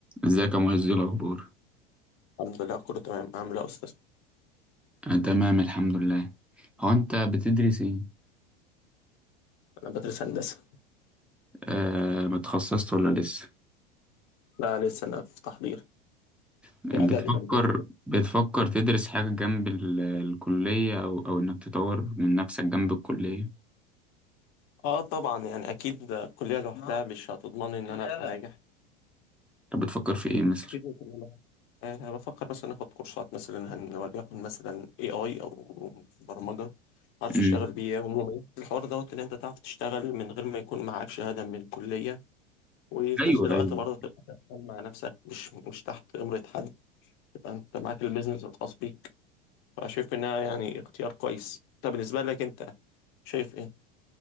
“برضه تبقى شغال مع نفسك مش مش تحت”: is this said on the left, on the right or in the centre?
Left